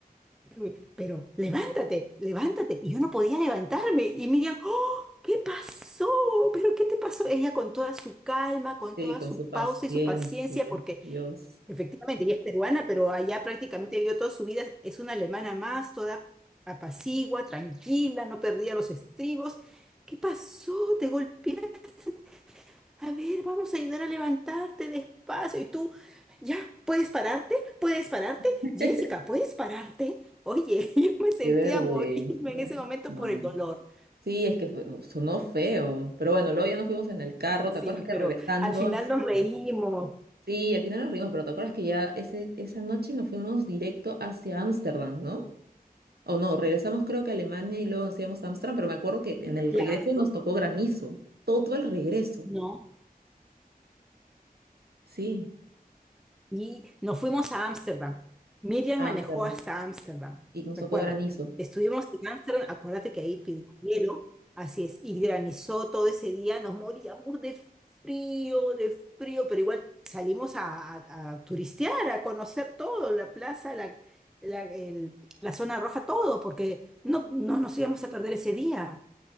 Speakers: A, in the centre; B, on the right (about 85°).
A: Y- Pero levántate, levántate. Y yo no podía levantarme. Y Miriam, ¿Qué pasó? ¿Pero qué te pasó? Ella con toda su calma, con
B: Sí,
A: toda
B: con
A: su
B: su
A: pausa
B: paciencia.
A: y su paciencia, porque
B: Dios,
A: efectivamente ella es peruana, pero allá prácticamente vivió toda su vida, es una alemana más, toda apacigua, tranquila, no perdía los estribos. ¿Qué pasó? ¿Te golpeaste? A ver, vamos a ayudar a levantarte despacio. Y tú, ya, ¿puedes pararte? ¿Puedes pararte?
B: <laughs>
A: Jessica, ¿puedes pararte? Oye, <laughs> yo me sentía
B: qué vergüenza.
A: a morirme en ese momento
B: No.
A: por el dolor.
B: Sí, es que fue- sonó feo, pero bueno, luego ya nos fuimos en el carro,
A: Sí,
B: ¿te acuerdas que
A: pero...
B: regresando?
A: Al final
B: hasta-
A: nos reímos,
B: Sí, al final nos reímos, pero ¿te acuerdas que ya ese, esa noche nos fuimos directo hacia Ámsterdam, ¿no? O no, regresamos creo que a Alemania y luego nos íbamos a Ámsterdam, pero me acuerdo que en el
A: Claro,
B: regreso nos tocó granizo, todo el regreso,
A: no.
B: sí,
A: Y nos fuimos a Ámsterdam. Miriam
B: a
A: manejó
B: Ámsterdam,
A: hasta Ámsterdam,
B: y nos
A: recuerdo.
B: tocó granizo.
A: Estuvimos en Ámsterdam, acuérdate que ahí pidió hielo, así es, y granizó todo ese día, nos moríamos de frío, de frío, pero igual salimos a, a- a turistear, a conocer todo, la plaza, la, la, el- la zona roja, todo, porque no, no nos íbamos a perder ese día.